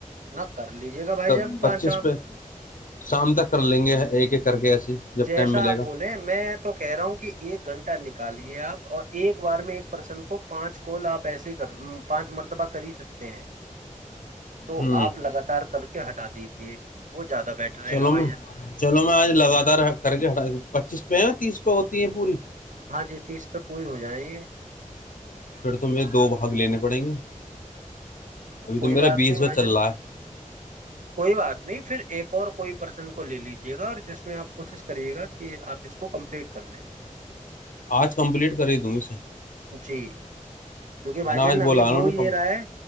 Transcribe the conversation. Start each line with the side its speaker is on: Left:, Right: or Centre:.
Right: نہ کر لیجیے گا بھائی
Left: تب
Right: جان پانچ
Left: پچیسو
Right: آپ
Left: پہ شام تک کر لیں گے ایک ایک کر کے ایسی جب ٹائم
Right: ایسا
Left: ملے
Right: آپ
Left: گا
Right: بولیں میں تو کہہ رہا ہوں کہ ایک گھنٹے نکالے آپ اور ایک بار میں ایک پرسن کو پانچ کال آپ ایسے کر پانچ مرتبہ کر ہی سکتے ہیں تو
Left: ہوں
Right: آپ لگاتار کر کے ہٹ بتا دیجے وہ زیادہ بیٹر رہے
Left: چلو
Right: گا بھائی
Left: میں
Right: جان
Left: چلو میں آج لگاتار کر کے ہٹا د پچیس پہ ہے یا تیس تو ہوتی ہیں پوری
Right: ہاں جی تیس پہ پوری ہو جائے
Left: پھر تمیں دو بھاگ لینے پڑیں گے ابھی
Right: کوئی
Left: تو میرا
Right: بات
Left: بیسواں
Right: نہیں بھائی
Left: چل
Right: جن
Left: رہا ہے
Right: کوئی بات نہیں پھر ایک اور کوئی پرسن کو لے لیجیے گا اور جس میں آپ کوشش کریے گا کہ آپ اس کو کمپلیٹ کر لیں
Left: آج کمپلیٹ کر ہی دوں اسے
Right: جی کیونکہ بھائی
Left: ہے نا
Right: جان
Left: آج
Right: ابھی
Left: بولا انہوں
Right: ہو
Left: نے
Right: یہ
Left: کم
Right: رہا ہے